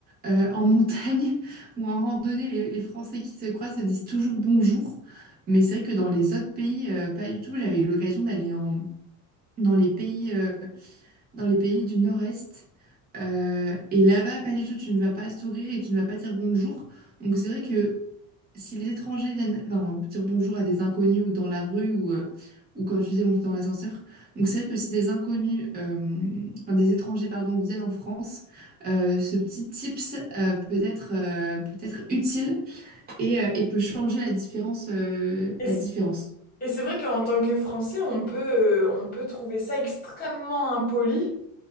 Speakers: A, on the right; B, on the left.
A: euh, en montagne <laughs> ou en randonnée, les, les Français qui se croisent se disent toujours bonjour. Mais c'est vrai que dans les autres pays, euh, pas du tout. J'avais eu l'occasion d'aller en, dans les pays euh, dans les pays du Nord-Est. Euh, et là-bas, pas du tout, tu ne vas pas sourire et tu ne vas pas dire bonjour. Donc c'est vrai que si les étrangers viennent enfin, dire bonjour à des inconnus ou dans la rue ou, euh, ou comme tu disais, monter dans l'ascenseur, donc c'est vrai que si des inconnus, euh, enfin, des étrangers, pardon, viennent en France, euh, ce petit tips euh, peut être, euh, peut être utile et, euh, et peut changer la différence. euh,
B: Et
A: la
B: c-
A: différence.
B: et c'est vrai qu'en tant que Français, on peut, euh, on peut trouver ça extrêmement impoli